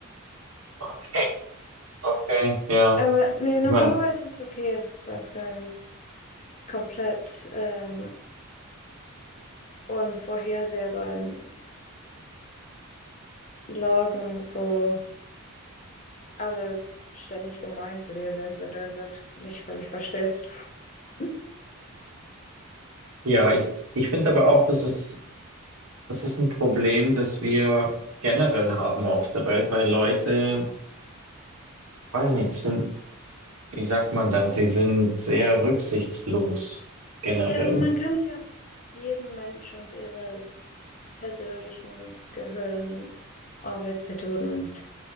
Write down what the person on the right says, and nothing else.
Okay, okay, ja.
Ich meine,
ja, ich, ich finde aber auch, das ist Das ist ein Problem, das wir generell haben auf der Welt, weil Leute, weiß nicht, sind, wie sagt man da, sie sind sehr rücksichtslos generell.